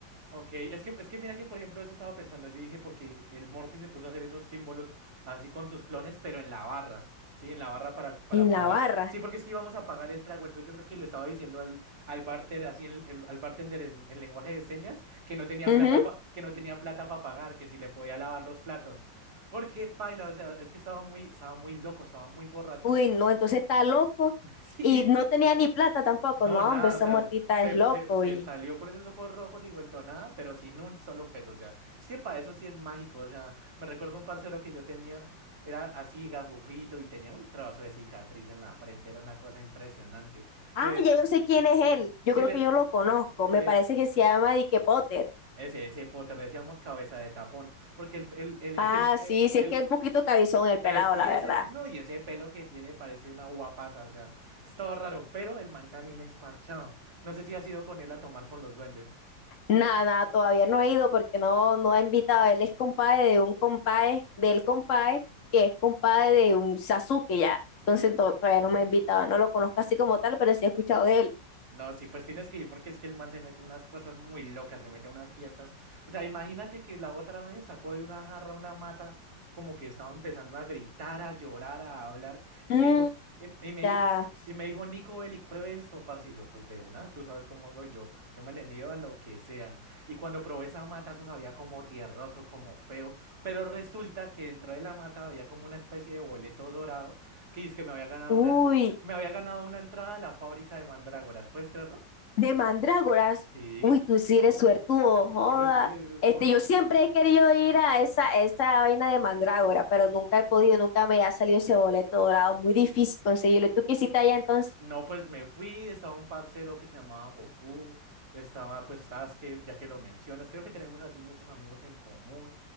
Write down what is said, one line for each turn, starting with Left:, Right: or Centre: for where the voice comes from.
Right: Ok, es que, es que mira que por ejemplo eso estaba pensando, yo dije porque el Morty se puso a hacer esos símbolos así con sus clones, pero en la barra, ¿sí? En la barra para, para
Left: En
Right: pagar.
Left: la barra.
Right: Sí, porque es que íbamos a pagar el trago, entonces yo creo que le estaba diciendo al, al barter, así en- el- al bartender en, en lenguaje de señas, que no tenía
Left: Ujú.
Right: plata pa- que no tenía plata para pagar, que si le podía lavar los platos. Porque paila, o sea, es que estaba muy, estaba muy loco, estaba muy borracho.
Left: Uy, no, entonces está loco.
Right: <laughs> Sí,
Left: Y no tenía ni plata tampoco.
Right: no,
Left: No,
Right: nada,
Left: hombre, esa
Right: o sea,
Left: muertita
Right: se, se,
Left: es loco.
Right: se- se
Left: Y...
Right: salió con esos ojos rojos y vuelto a nada, pero sin un solo peso, o sea, es que para eso sí es mágico, o sea, me recuerdo un parcero que yo tenía, era así gafufito y tenía un trozo de cicatriz en la frente, era una cosa impresionante.
Left: Ah,
Right: Le, de-
Left: ya yo sé quién es él. Yo
Right: sí,
Left: creo
Right: le,
Left: que yo lo conozco.
Right: le,
Left: Me parece que se llama Dick Potter.
Right: ese, ese Potter le decíamos cabeza de tapón, porque el, el, el,
Left: Ah,
Right: <laughs> el, el-
Left: sí, sí,
Right: el-
Left: es que es un poquito cabizón el pelado,
Right: es, y
Left: la
Right: ese,
Left: verdad.
Right: no, y ese pelo que tiene parece una guapaza, o sea, es todo raro, pero el man también es parchado. No sé si has ido con él a tomar con los duendes.
Left: Nada, nada, todavía no he ido porque no, no ha invitado. Él es compadre de un compadre, del compadre, que es compadre de un Sasuke ya. Entonces to- todavía no me ha invitado. No lo conozco así como tal, pero sí he escuchado de él.
Right: No, sí, pues tienes que ir porque es que el man se mete unas cosas muy locas, se mete a unas fiestas. O sea, imagínate que la otra vez sacó de una jarra una mata, como que estaba empezando a gritar, a llorar, a hablar, y
Left: Mm,
Right: me dijo, y, y me
Left: ya.
Right: dijo, y me dijo, Nico Bellic, pruebe esto, parce. Y yo, pues de una, tú sabes cómo soy yo, yo me le mido a lo que sea. Y cuando probé esa mata, eso sabía como tierroso, como feo, pero resulta que dentro de la mata había como una especie de boleto dorado que dice que me había ganado
Left: Uy.
Right: una, me había ganado una entrada a la fábrica de mandrágoras, ¿puedes creerlo?
Left: de mandrágoras.
Right: Sí,
Left: Uy, tú sí eres suertudo, joda.
Right: sí, porque...
Left: Este,
Right: jo-
Left: yo siempre he querido ir a esa, esa vaina de mandrágora, pero nunca he podido, nunca me ha salido ese boleto dorado. Muy difícil conseguirlo. ¿Y tú qué hiciste allá entonces?
Right: No, pues me fui, estaba un parcero que se llamaba Goku, estaba pues Sasuke, ya que lo mencionas, creo que tenemos así muchos amigos en común.